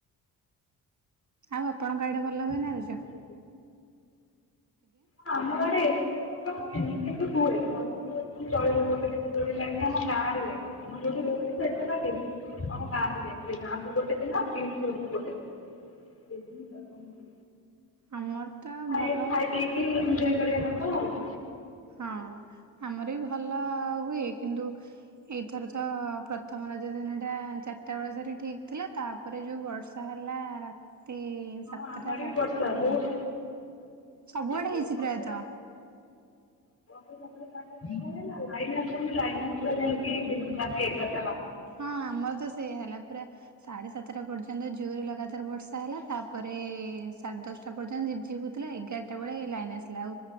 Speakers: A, on the right (about 35°); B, on the left (about 30°).
A: ଆଉ ଆପଣଙ୍କ ଆଡେ ଭଲ ହୁଏ ନା
B: ହଁ
A: ରୁଜ?
B: ହଁ ଆମଆଡ଼େ ଏତେ ଭଲ ହୁଏନି କିନ୍ତୁ ହୁଏ ଭଲ ହୁଏ। ଚଳିବ ଗୋଟେ ଦୋଳି ଲାଗେ ଆମ ଗାଁ ରେ ଲାଗେ ମୁଁ ଯୋଉଠି ରହୁଛି ସେଟା ଲାଗେନି। ହଁ ଗାଁକୁ ଯାଇଥିଲି ଗାଁକୁ ଗୋଟ ଦିନ ପିସି ଘରକୁ ଗୋଟେ ଦିନ। ଇଭିନ <inaudible>
A: ଆମର ତ
B: ଖାଇ
A: ଭଲ
B: ଖାଇ ପିଇକି ଏଞଜୟ କରିବା କଥା ଆଉ।
A: ହଁ ଆମର ବି ଭଲ ହୁଏ କିନ୍ତୁ ଏଇଥର ତ ପ୍ରଥମ। ଦିନ ଟା ଚାରିଟା ବେଳ ସରି ଠିକ ଥିଲା ତାପରେ ଯୋଉ ବର୍ଷା ହେଲା ରାତି।
B: ହଁ
A: ସେ ସାତଟା
B: ଆମ ଆଡେ
A: ସାଢେ
B: ବି ବର୍ଷା
A: ସାତଟା ପଯ୍ୟନ୍ତ।
B: ବହୁତ
A: ସବୁଆଡେ
B: ବର୍ଷା
A: ହେଇଛି ପ୍ରାୟତଃ।
B: <unintelligible> ଲାଇନ ନଥିଲା ଲାଇନ ଆସିଲା ଯାଇକି ଦିଟା ତିନିଟା।
A: ହଁ ଆମର ତ ସେଇ ହେଲା ପୁରା। ସାଢେ ସାତଟା ପର୍ଯ୍ୟନ୍ତ ଜୋରେ ଲଗାତାର ବର୍ଷା ହେଲା ତାପରେ ସାଢେ ଦଶଟା ପର୍ଯ୍ୟନ୍ତ ଯ ଝିପି ଝିପି। ଏଗାରଟା ବେଳେ ଲାଇନ ଆସିଲା ଆଉ